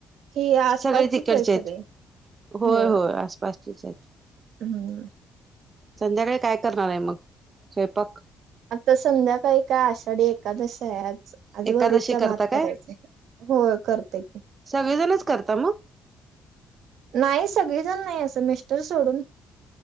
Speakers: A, on the right; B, on the right.
A: ही आसपासचीच
B: सगळे तिकडचे
A: आहे
B: आहेत.
A: सगळे
B: होय
A: हो.
B: होय आसपासचेच आहेत.
A: हम्म.
B: संध्याकाळी काय करणार आहे मग स्वयंपाक?
A: आता संध्याकाळी काय आषाढी एकादशी आहे आज. आज
B: एकादशी
A: वरीचा
B: करता
A: भात करायचाय,
B: काय
A: होय करतोय की.
B: सगळी जणच करता मग?
A: नाही सगळीजण नाही असं मिस्टर सोडून.